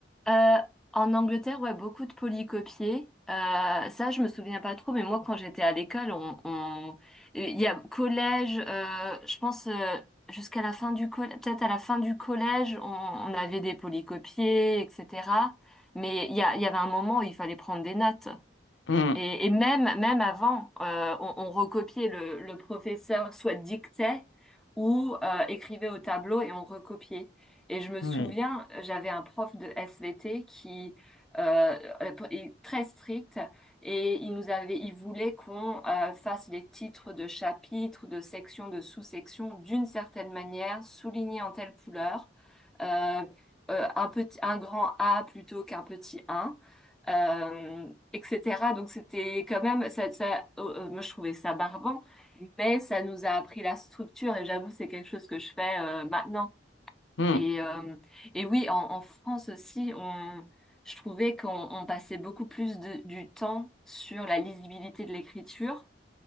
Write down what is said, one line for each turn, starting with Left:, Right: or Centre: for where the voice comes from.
Centre: Euh, en Angleterre, ouais, beaucoup de polycopiés. Euh, ça, je me souviens pas trop, mais moi, quand j'étais à l'école, on, on- il y a collège, euh, je pense euh, jusqu'à la fin du collège, peut-être à la fin du collège, on, on avait des polycopiés, etc. Mais il y a, il y avait un moment où il fallait prendre des notes.
Left: Mm,
Centre: Et, et même, même avant, euh, on, on recopiait le, le professeur soit dictait ou euh, écrivait au tableau et on recopiait. Et je me
Left: oui.
Centre: souviens, j'avais un prof de SVT qui euh, euh, est très strict et il nous avait, il voulait qu'on euh, fasse les titres de chapitres, de sections, de sous-sections d'une certaine manière, soulignés en telle couleur, euh, euh, un petit, un grand A plutôt qu'un petit un euh, etc. Donc c'était quand même, ça, ça, euh, euh, moi je trouvais ça barbant, mais ça nous a appris la structure et j'avoue c'est quelque chose que je fais euh, maintenant.
Left: Mm.
Centre: Et, euh, et oui, en, en France aussi, on, je trouvais qu'on on passait beaucoup plus de, du temps sur la lisibilité de l'écriture